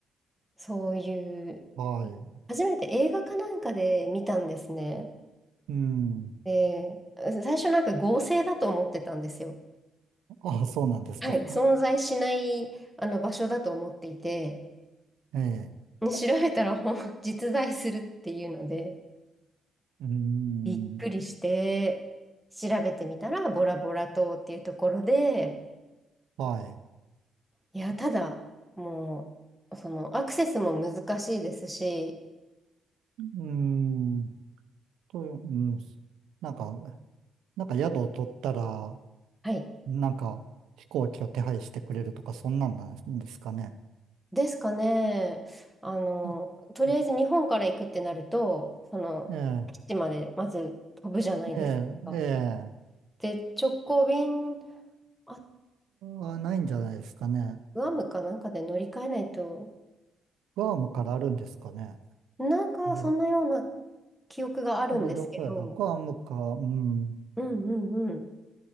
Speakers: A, in the centre; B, on the right.
A: そういう、
B: はい、
A: 初めて映画かなんかで見たんですね。
B: うん、
A: で、最初なんか合成だと思ってたんですよ。
B: あ、そうなんですか。
A: はい、存在しないあの場所だと思っていて、
B: ええ、
A: ね調べたらほん実在するっていうので、
B: うん、
A: びっくりして、調べてみたら、ボラボラ島っていうところで、
B: はい、
A: いや、ただ、もう、その、アクセスも難しいですし、
B: うん、と、うん、なんか、なんか宿を取ったら、
A: はい。
B: なんか、飛行機を手配してくれるとか、そんなんなんですかね。
A: ですかね。あの、
B: あ、
A: とりあえず日本から行くってなると、
B: あ
A: その、
B: え
A: 基地までまず飛ぶじゃないですか。
B: え、ええ、ええ、
A: で、直行便、あ、
B: あないんじゃないですかね。
A: グアムかなんかで乗り換えないと、
B: グアムからあるんですかね。
A: なんか、
B: ええ
A: そんなような記憶があるんですけど、
B: これどこやろグアムか、うん、
A: うんうんうん。